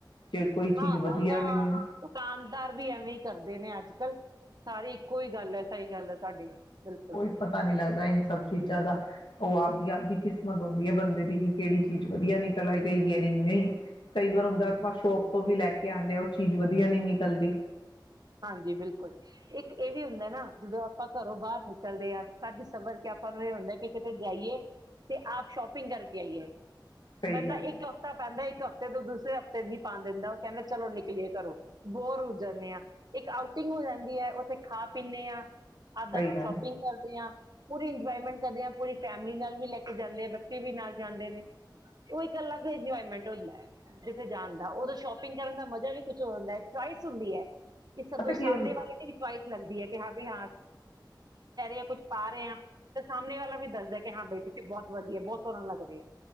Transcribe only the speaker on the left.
ਜੇ ਕੋਈ ਚੀਜ਼
ਵਧੀਆ
ਵੀ ਮਿਲ
ਕੋਈ ਪਤਾ ਨੀ ਲੱਗਦਾ ਇਨ ਸਭ ਚੀਜ਼ਾਂ ਦਾ ਉਹ ਆਪ ਆਪਦੀ ਕਿਸਮਤ ਹੁੰਦੀ ਹੈ ਬੰਦੇ ਦੀ ਕਿ ਕਿਹੜੀ ਚੀਜ਼ ਵਧੀਆ ਨਿਕਲ ਆ ਗਈ ਤੇ ਕਿਹੜੀ ਨਹੀਂ ਕਈ ਵਾਰ ਹੁੰਦਾ ਆਪਾਂ ਸ਼ੋਪ ਤੋਂ ਵੀ ਲੈ ਕੇ ਆਂਦੇ ਆਂ ਉਹ ਚੀਜ਼ ਵਧੀਆ ਨੀ ਨਿਕਲਦੀ
ਸਹੀ
ਗੱਲ
ਹੈ
ਸਹੀ ਗੱਲ
ਪਤਾ ਕੀ
ਹੁੰ